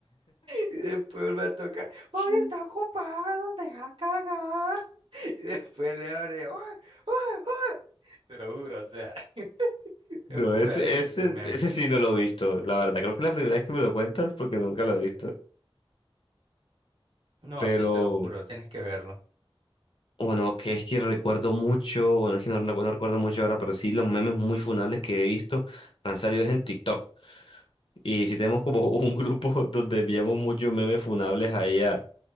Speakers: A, on the right; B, on the left.
A: Y después vuelve a tocar, hoy
B: sí.
A: está ocupado, deja cagar. <laughs> Y después le abre, uy, uy, uy. Te lo juro, o sea, <laughs> es
B: No,
A: pura
B: ese,
A: risa
B: ese,
A: ese meme.
B: ese sí no lo he visto, la verdad. Creo que la primera vez que me lo cuentas porque nunca lo he visto.
A: No,
B: Pero
A: sí, te lo juro, tienes que verlo.
B: bueno, que es que recuerdo mucho, bueno, es que no, recu- no recuerdo mucho ahora, pero sí los memes muy funables que he visto me han salido es en TikTok. Y sí tenemos como un grupo <laughs> donde enviamos muchos memes funables ahí